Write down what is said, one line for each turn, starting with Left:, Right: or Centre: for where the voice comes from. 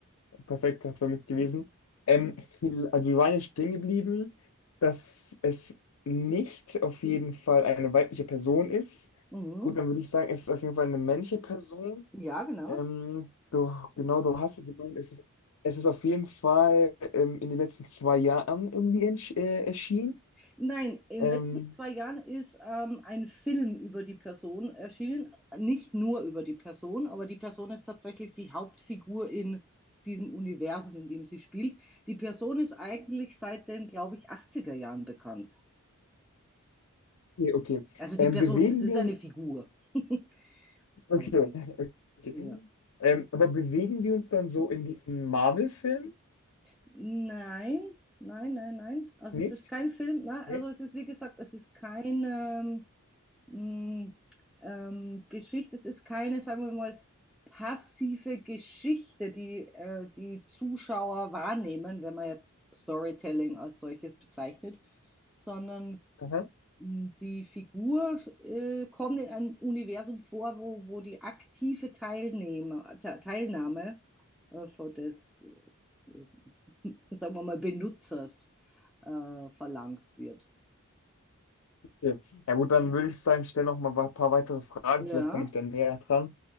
Left: perfekt hat für mich gewesen. Ähm, viel, also wir waren ja stehen geblieben, dass es nicht auf jeden Fall eine weibliche Person ist.
Centre: Mhm.
Left: Gut, dann würde ich sagen, es ist auf jeden Fall eine männliche Person.
Centre: Ja, genau.
Left: Ähm, du, genau, du hast es gemeint, es ist, es ist auf jeden Fall ähm, in den letzten zwei Jahren irgendwie entsch- äh, erschienen.
Centre: Nein, in
Left: Ähm,
Centre: den letzten zwei Jahren ist ähm, ein Film über die Person erschienen. Nicht nur über die Person, aber die Person ist tatsächlich die Hauptfigur in diesem Universum, in dem sie spielt. Die Person ist eigentlich seit den, glaube ich, achtziger Jahren bekannt.
Left: okay, okay.
Centre: Also die
Left: Ähm,
Centre: Person,
Left: bewegen
Centre: es ist
Left: wir
Centre: eine Figur. <laughs>
Left: Okay,
Centre: Aber die,
Left: <laughs> okay.
Centre: ja.
Left: Ähm, aber bewegen wir uns dann so in diesen Marvel-Film?
Centre: Nein, nein, nein, nein. Also
Left: Nicht?
Centre: es ist kein Film. Ne?
Left: Nee?
Centre: Also es ist, wie gesagt, es ist kein. Ähm, mh, ähm, Geschichte. Es ist keine, sagen wir mal, passive Geschichte, die äh, die Zuschauer wahrnehmen, wenn man jetzt Storytelling als solches bezeichnet, sondern
Left: Aha.
Centre: mh, die Figur äh, kommt in einem Universum vor, wo, wo die aktive Teilnehmer, Te Teilnahme äh, von des, äh, <laughs> sagen wir mal, Benutzers äh, verlangt wird.
Left: Okay. Ja gut, dann würde ich sagen, stell noch mal ein paar weitere Fragen,
Centre: Ja,
Left: vielleicht komme ich dann näher dran.